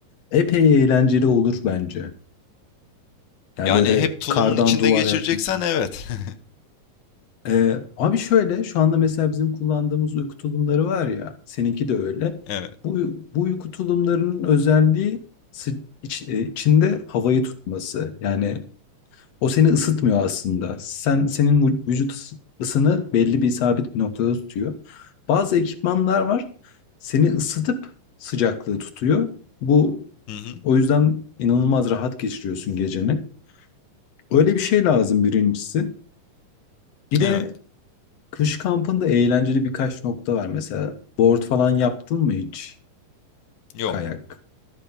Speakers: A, on the left; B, on the left.
A: epey eğlenceli olur bence. Yani
B: Yani
A: böyle
B: hep tulumun
A: kardan
B: içinde
A: duvar
B: geçireceksen
A: yaktım falan.
B: evet. <laughs>
A: Ee, abi şöyle şu anda mesela bizim kullandığımız uyku tulumları var ya seninki de öyle.
B: Evet.
A: Bu, bu uyku tulumlarının özelliği sı- iç- e, içinde havayı tutması. Yani O seni ısıtmıyor aslında. Sen senin vü- vücut ısı- ısını belli bir sabit bir noktada tutuyor. Bazı ekipmanlar var. Seni ısıtıp sıcaklığı tutuyor. Bu
B: Hı hı.
A: o yüzden inanılmaz rahat geçiriyorsun geceni. Öyle bir şey lazım birincisi. Bir de
B: Evet.
A: kış kampında eğlenceli birkaç nokta var. Mesela board falan yaptın mı hiç?
B: Yok.
A: Kayak.